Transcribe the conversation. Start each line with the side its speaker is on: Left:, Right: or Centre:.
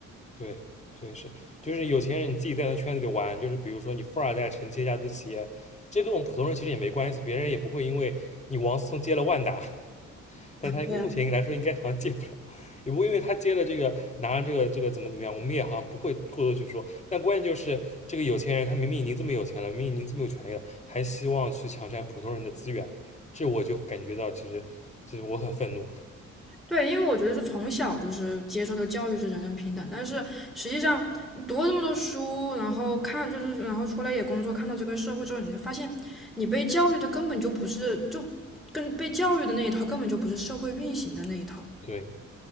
Left: 对对是，就是有钱人你自己在那圈子里玩，就是比如说你富二代承接家族企业，这跟我们普通人其实也没关系，别人也不会因为你王思聪接了万达，<laughs> 但他目前来说应该好像接不了，
Centre: 对
Left: <laughs> 也不会因为他接了这个拿了这个这个怎么怎么样，我们也好像不会过多去说。但关键就是这个有钱人他明明已经这么有钱了，明明已经这么有权利了，还希望去抢占普通人的资源，这我就感觉到其实其实我很愤怒。
Centre: 对，因为我觉得是从小就是接受的教育是人人平等，但是实际上你读了这么多书，然后看就是然后出来也工作，看到这个社会之后，你就发现你被教育的根本就不是，就跟被教育的那一套根本就不是社会运行的那一套，
Left: <laughs> 对，